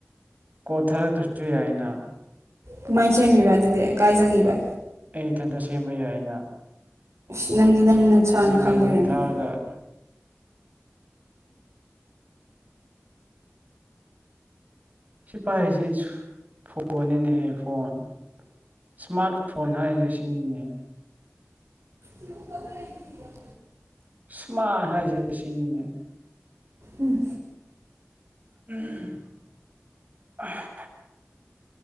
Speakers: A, on the right; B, on the right.
A: ꯀꯣꯠ ꯊꯔꯛꯇꯔꯁꯨ ꯌꯥꯏꯅ
B: ꯀꯃꯥꯏꯅ ꯁꯦꯝꯃꯤꯕ ꯑꯗꯨꯗꯤ ꯀꯥꯏ ꯆꯪꯉꯤꯕ
A: ꯑꯩ ꯏꯊꯟꯇ ꯁꯦꯝꯕ ꯌꯥꯏꯌꯦꯅ
B: ꯑ ꯅꯪꯗꯤ ꯅꯪ ꯅꯁꯥꯅ
A: ꯖꯤꯃꯦꯜꯗ
B: ꯈꯪꯕ ꯑꯣꯏꯔꯝꯅꯤ
A: ꯊꯥꯔꯒ
B: ꯅ
A: ꯁꯤ ꯄꯥꯏꯔꯤꯁꯦ ꯐꯣꯟꯅꯦꯅꯍꯦ ꯐꯣꯟ ꯏꯁꯃꯥꯔꯠ ꯐꯣꯟ ꯍꯥꯏꯔꯤꯁꯦ ꯁꯤꯅꯤꯅꯦ
B: <inaudible>
A: ꯏꯁꯃꯥꯔꯠ ꯍꯥꯏꯔꯤꯁꯦ ꯁꯤꯅꯤꯅꯦ
B: ꯎꯝ
A: ꯎꯝ ꯍꯥ